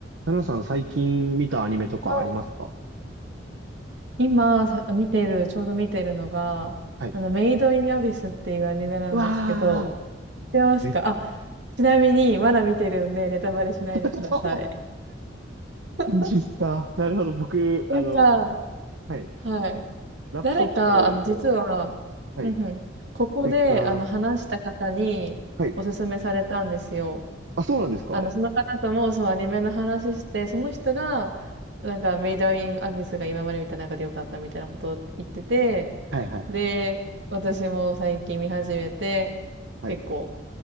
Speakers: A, on the right (about 90°); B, on the right (about 70°).
A: ナナさん最近見たアニメとかありますか
B: はい今さ見てる、ちょうど見てるのが、
A: はい。
B: あの、メイド・イン・アビスっていうアニメなんですけど、
A: うわー、
B: 知ってますかあ、
A: <laughs> めっち
B: ちなみに、まだ見てるんで、ネタバレしないでください。
A: ゃ
B: <laughs>
A: マジっすか。なるほど。僕、
B: なんか、
A: あの、はい。
B: はい。
A: ラップトップの、
B: 誰か、あの、実は、
A: はい。
B: うんうん、ここで、
A: ステッカー。
B: あの、話した方におすすめされたんですよ。
A: はい。あ、そうなんですかは
B: あの、その方とも、そう、アニメの話して、その人が、なんか、メイドインアビスが今まで見た中で良かったみたいなことを言ってて、
A: いはいはい。
B: で、私も最近見始めて、
A: はい。
B: 結構、